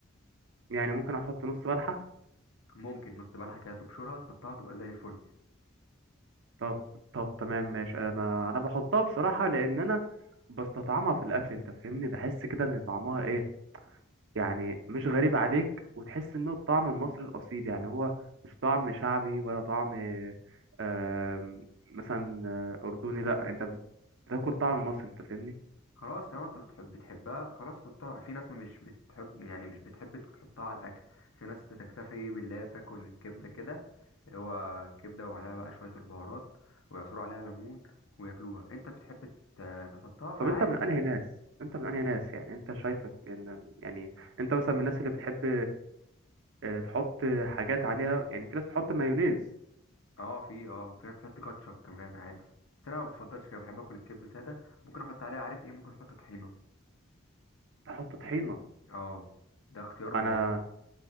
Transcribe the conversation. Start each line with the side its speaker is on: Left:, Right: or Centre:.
Right: يعني ممكن احط نص بلحه
Left: ممكن نص بلحة كده تبشرها تحطها تبقى زي الفل
Right: طب طب تمام ماشي انا انا بحطها بصراحه لان انا بستطعمها في الاكل انت فاهمني بحس كده ان طعمها ايه يعني مش غريب عليك وتحس انه الطعم المصري الاصيل يعني هو مش طعم شعبي ولا طعم آم، مثلا آه، اردني لا انت بت- بتاكل طعم مصري انت فاهمني
Left: خلاص طالما انت بتحب بتحبها خلاص حطها في ناس ما مش بتحب يعني مش بتحب تحطها على الاكل في ناس بتكتفي باللي هي تاكل الكبده كده اللي هو كبده وعليها بقى شويه البهارات ويعصروا عليها ليمون وياكلوها انت بتحب ت- تحطها فعادي
Right: طب انت من انهي ناس انت من انهي ناس يعني انت شايفك يعني, يعني انت مثلا من الناس اللي بتحب آه، تحط حاجات عليها يعني في ناس بتحط مايونيز
Left: اه في اه في ناس بتحط كاتشب كمان عادي بس انا ما بفضلش كده بحب اكل الكبده ساده ممكن احط عليها عارف ايه ممكن احط طحينه
Right: تحط طحينة
Left: اه ده اختيار موفق
Right: انا